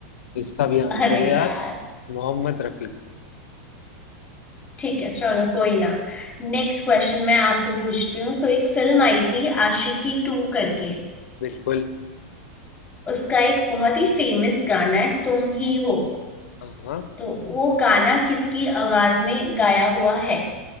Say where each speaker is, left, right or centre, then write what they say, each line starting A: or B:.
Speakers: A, on the left; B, on the left.
A: इसका भी आंसर
B: अरे
A: है यार
B: यार
A: मोहम्मद रफी
B: ठीक है चलो कोई ना नेक्स्ट क्वेश्चन मैं आपको पूछती हूँ सो एक फिल्म आई थी आशिकी टू करके
A: बिल्कुल
B: उसका एक बहुत ही फेमस गाना है तुम ही हो
A: हाँ
B: तो वो गाना किसकी आवाज में गाया हुआ है